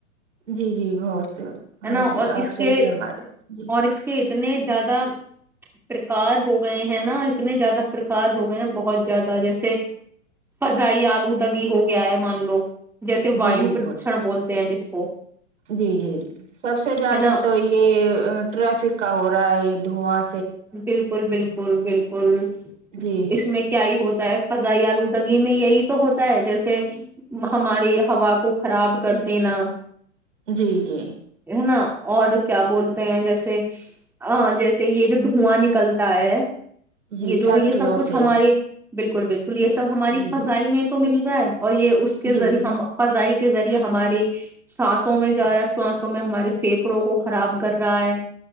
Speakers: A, on the right; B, in the centre.
A: جی جی بہت ہاں
B: ہے نا
A: جی
B: اور
A: آپ
B: اس کے
A: صحیح فرما رہ ہو جی
B: اور اس کے اتنے زیادہ پرکار ہو گئے ہیں نا اتنے زیادہ پرکار ہو گئے ہیں بہت زیادہ جیسے فضائی آلودودگی ہو گیا ہے مان لو جیسے وایو
A: جی بالکل
B: پردوشن بولتے جس کوو
A: جی جی سب سے زیادہ
B: نا
A: تو یہ ٹریفک کا ہو رہا ہے یہ دھوا
B: بالکل بالکل بالکل
A: جی
B: اس میں کیا ہی ہوتا فضائی آلودگی میں یہی تو ہوتا ہے جیسے ہماری ہوا کو خراب کر دینا
A: جی جی
B: ہے نا اور کیا بولتے ہیں جیسے جیسے یہ جو دھواں نکلتا ہے
A: جی
B: یہ
A: فیکٹریوں
B: جو یہ سب کچھ
A: سے
B: ہماری بالکل بالل یہ سب ہماری
A: جی
B: فضائی میں تو مل گا ہے اور یہ اس کے
A: جی
B: ذریعے
A: جی
B: ہم فضائی کے ذریعے ہماری سانسوں میں جا رہا ہے ساسوں میں ہمارے پھیپڑوں کو خراب کر رہا ہے